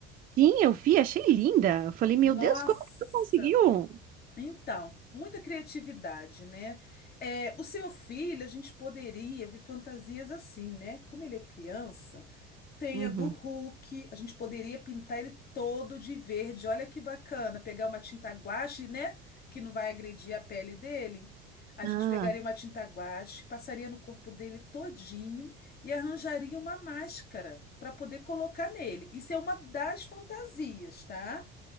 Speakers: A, on the right; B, on the left.
A: Sim, eu vi, achei linda. Eu falei,
B: Nossa!
A: meu Deus, como que tu conseguiu?
B: Então, muita criatividade, né? É, o seu filho, a gente poderia ver fantasias assim, né? Como ele é criança. Tem
A: Uhum.
B: a do Hulk. A gente poderia pintar ele todo de verde. Olha que bacana. Pegar uma tinta guache, né? Que não vai agredir a pele dele. A
A: Ah.
B: gente pegaria uma tinta guache, passaria no corpo dele todinho e arranjaria uma máscara para poder colocar nele. Isso é uma das fantasias, tá?